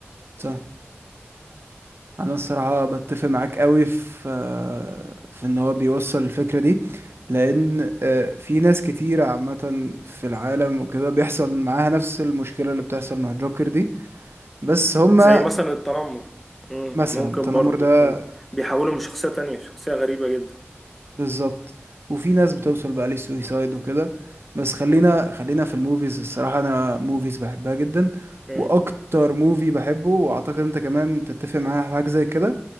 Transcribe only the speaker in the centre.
زي مثلا التنمر مم،
ممكن
برضو
فاهم؟ بيحولوا من شخصية تانية شخصية غريبة جدا
مم،